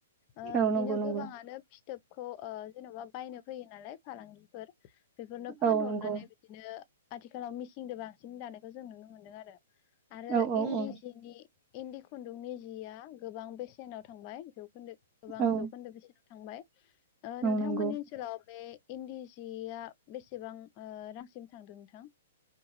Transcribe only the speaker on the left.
ओ
बिदिनो
गोबाङानो फि फिटोब खौ ओ जेन'बा बायनो फैयो नालाय फालांगिफोर। बेफोरनो फानहरनानै
बिदिनो आथिखालाव मिसिंजों बांसिन दानायखौ जों नुनो मोनदों आरो। आरो
इन्दि
सिनि इन्दि खुन्दुंनि जिया गोबां बेसेनाव थांबाय जौखोन्दो गोबां
जौन्दो बेसेनाव थांबाय। ओ
नोंथांमोननि
ओनसोलाव बे इन्दि सिया बेसेबां ओ रांसिम थांदों नोंथां?